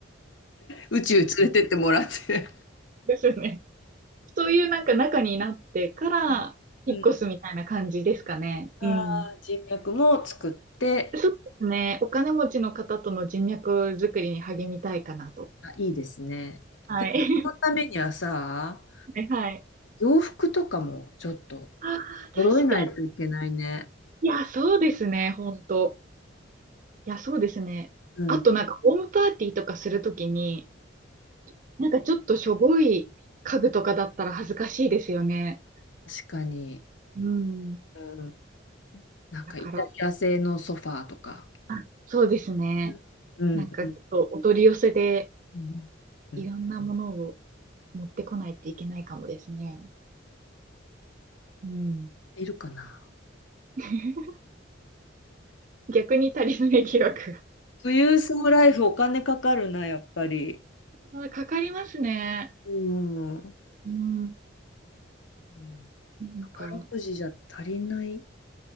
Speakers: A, on the left; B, on the right.
A: 宇宙連れてってもらって。
B: ですよね。そういうなんか中になってから引っ越すみたいな感じですかね。
A: うん。うんあー、
B: うん。
A: 人脈も作って、
B: そうですね。お金持ちの方との人脈作りに励みたいかなと。
A: あ、いいですね。
B: はい。
A: でも、そのためにはさ、
B: <laughs> ねはい。
A: 洋服とかもちょっと
B: ああ、確かに。
A: 揃えないといけないね。
B: いや、そうですね。本当。いや、そうですね。
A: うん、
B: あとなんかホームパーティーとかするときに、
A: 確
B: なんかちょっとしょぼい家具とかだったら恥ずかしいですよね。
A: かに。
B: うん。
A: うん、なんかイタリア製のソファーとか。
B: だから、あ、そうですね。
A: うんうんうん
B: なんかちょっとお取り寄せで
A: うんうん
B: いろんなものを持ってこないといけないかもですね。うん。
A: いるかな。
B: <laughs> 逆に足りない記録
A: 富裕層ライフお金かかるな、やっぱり。
B: が。<laughs> かかりますね。
A: うん。う
B: うん。
A: ん
B: なんか、
A: 宝くじじゃ足りない